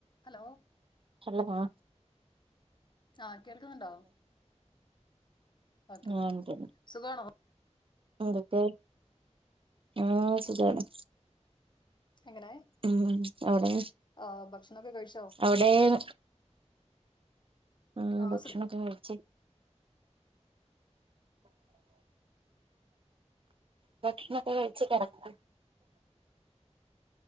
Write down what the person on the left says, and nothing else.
Hello
ആ കേൾക്കുന്നുണ്ടോ ഓക്കെ
സുഖവാണോ
എങ്ങനെ
ആഹ് ഭക്ഷണൊക്കെ കഴിച്ചോ
ആഹ്
സുഖം